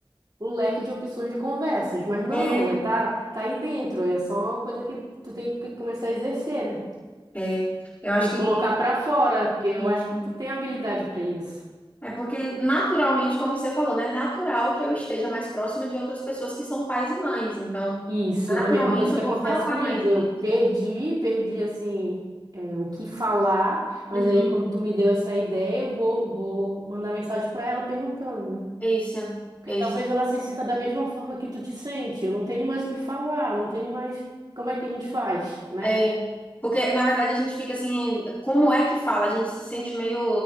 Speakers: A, on the right; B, on the left.
A: o leque de opções de conversas, mas não,
B: É,
A: é tá, tá aí dentro, é só uma coisa que tu tem que começar a exercer, né?
B: é. Eu acho
A: Tem
B: que
A: que colocar pra fora, porque eu
B: Isso.
A: acho que tu tem habilidade pra isso.
B: É porque, naturalmente, como você falou, né? É natural que eu esteja mais próxima de outras pessoas que são pais e mães. Então,
A: Isso, é
B: naturalmente,
A: a mesma coisa
B: eu
A: que
B: vou
A: acontece
B: falar
A: comigo.
B: mais disso.
A: Eu perdi, perdi assim, é, o que falar, mas
B: Uhum.
A: aí quando tu me deu essa ideia, eu vou, vou mandar mensagem pra ela perguntando, né?
B: Isso,
A: Porque
B: isso.
A: talvez ela se sinta da mesma forma que tu te sente. Eu não tenho mais o que falar, eu não tenho mais. Como é que a gente faz, né?
B: É, porque, na verdade, a gente fica assim, como é que fala? A gente se sente meio